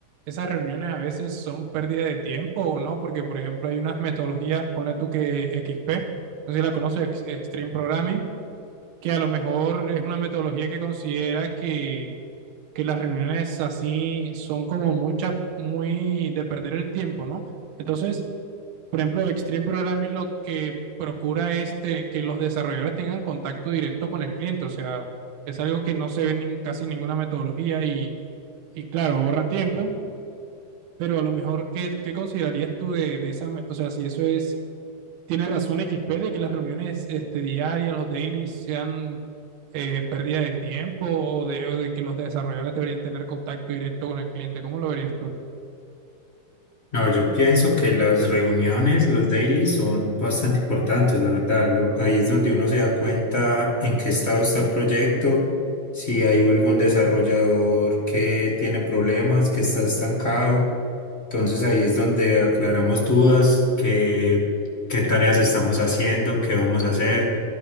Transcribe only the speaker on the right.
esas reuniones a veces son pérdida de tiempo o no? Porque, por ejemplo, hay unas metodologías, ponle tú que XP, no sé si la conoces, Ex- Extreme Programming, que a lo mejor es una metodología que considera que, que las reuniones así son como mucha, muy de perder el tiempo, ¿no? Entonces, por ejemplo, Extreme Programming lo que procura es te- que los desarrolladores tengan contacto directo con el cliente, o sea, es algo que no se ve en casi ninguna metodología y, y claro, ahorra tiempo, pero a lo mejor, ¿qué, qué considerarías tú de, de esa, me- o sea, si eso es, tiene razón XP de que las reuniones este, diarias, los dailies, sean eh, pérdida de tiempo o de, o de que los desarrolladores deberían tener contacto directo con el cliente, ¿cómo lo verías tú?